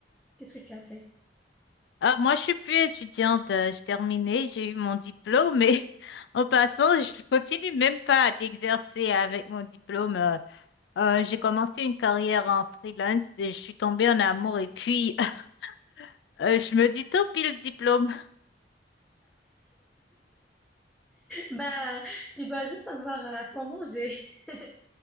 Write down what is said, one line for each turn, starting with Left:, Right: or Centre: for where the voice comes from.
Centre: Qu'est-ce que tu as fait?
Left: Ah, moi, je suis plus étudiante. euh, J'ai terminé, j'ai eu mon diplôme, mais <laughs> en passant, je continue même pas d'exercer avec mon diplôme. euh. Euh, j'ai commencé une carrière en freelance et je suis tombée en amour. Et puis, <laughs> euh, je me dis, tant pis le diplôme.
Centre: Bah, tu dois juste avoir euh, à quoi manger. <laughs>